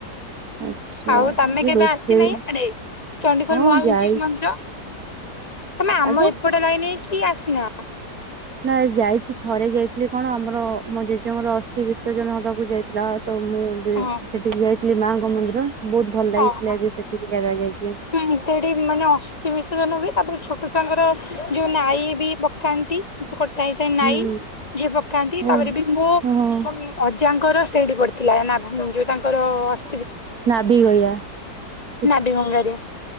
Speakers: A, on the right; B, on the left.
A: ଆଚ୍ଛା
B: ଆଉ ତମେ
A: ଆଜି
B: କେବେ
A: ରୋଷେଇ
B: ଆସିନାହିଁ ଆଡେ ଚଡିଗୋଲ
A: ହଁ
B: ମହା <unintelligible>
A: ଯାଇଛି
B: ମନ୍ଦିର। ତମେ ଆମ
A: ଆଜ୍ଞା।
B: ଏପଟେ ଲାଇନ୍ କି ଆସିନ।
A: ନାଇ ଯାଇଚି ଥରେ ଯାଇଥିଲି କଣ ଆମର ମୋ ଜେଜେଙ୍କର ଅସ୍ଥି ବିସର୍ଜନ ହେବାକୁ ଯାଇଥିଲା ତ ମୁଁ
B: ହଁ।
A: ସେଠିକି ଯାଇଥିଲି ମାଙ୍କ ମନ୍ଦିର ବୋହୁତ ଭଲ ଲାଗିଥିଲା
B: ହଁ
A: ଏବେ ସେଠିକି ଜାଗା ଯାଇକି
B: ହୁଁ ସେଠି <unintelligible> ଅ ଅସ୍ଥି ବିର୍ଷଯନ୍ ହୁଏ ତାପର ଛୋଟ ଛଆଙ୍କର ଯୋଉ ନାଇ ବି ପକାନ୍ତି। କି କଟା ହେଇଥାଏ ନାଇଁ
A: ହୁଁ
B: ଯିଏ ପକାନ୍ତି
A: ଓ
B: ତାପରେ ବି ମୋ
A: ହଁ।
B: ଅଜାଙ୍କର ସେଇଡି ପଡିଥିଲା ନା ଯୋଉ ତାଙ୍କର ଅସ୍
A: ନାଭିି ଗଇଆ ଚିତପ <unintelligible>
B: ନାବି ଗଙ୍ଗାରେ